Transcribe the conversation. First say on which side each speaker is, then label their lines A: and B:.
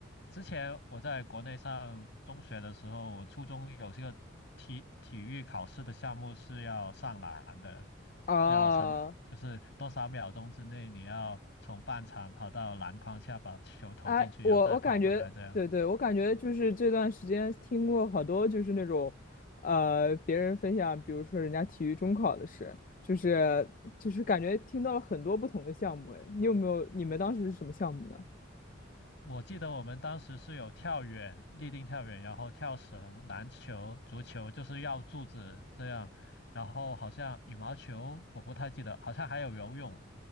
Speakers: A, on the left; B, on the left.
A: 之前我在国内上中学的时候，我初中有这个体体育考试的项目是要上篮的，
B: 啊
A: 是要三，就是多少秒钟之内你要从半场跑到篮筐下把球投进去，
B: 哎，我我感觉，
A: 然后再跑回来这样。
B: 对对，我感觉就是这段时间听过好多就是那种，呃，别人分享，比如说人家体育中考的事，就是就是感觉听到了很多不同的项目。哎，你有没有？你们当时是什么项目呢？
A: 我记得我们当时是有跳远、立定跳远，然后跳绳、篮球、足球，就是绕柱子这样。然后好像羽毛球，我不太记得，好像还有游泳，